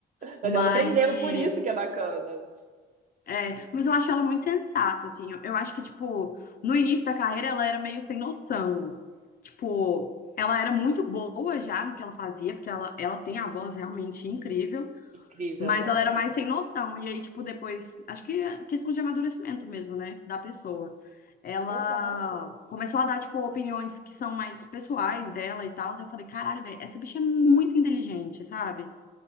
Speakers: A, on the left; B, on the right.
A: Mas.
B: Mas ela aprendeu, por isso que é bacana.
A: É, mas eu acho ela muito sensata, assim. Eu, eu acho que, tipo, no início da carreira ela era meio sem noção. Tipo, ela era muito boa já no que ela fazia, porque ela, ela tem a voz realmente incrível,
B: Incrível,
A: mas
B: né?
A: ela
B: Sim.
A: era mais sem noção. E aí, tipo, depois, acho que é questão de amadurecimento mesmo, né, da pessoa. Ela
B: Exato.
A: começou a dar, tipo, opiniões que são mais pessoais dela e tal. Eu falei, caralho, velho, essa bicha é muito inteligente, sabe?